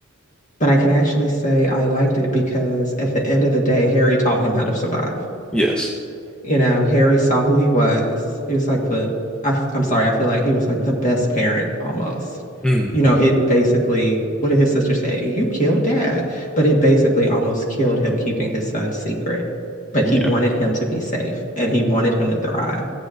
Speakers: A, on the left (about 35°); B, in the centre.
A: But I can actually say I liked it because at the end of the day, Harry taught him how to survive.
B: <laughs> yes.
A: You know, Harry saw who he was. He was like the, I, am sorry, I feel like he was like the best parent almost.
B: Mm,
A: You know, it basically, what did his sister say? You killed dad. But it basically almost killed him keeping his son secret. But
B: yeah.
A: he wanted him to be safe and he wanted him to thrive.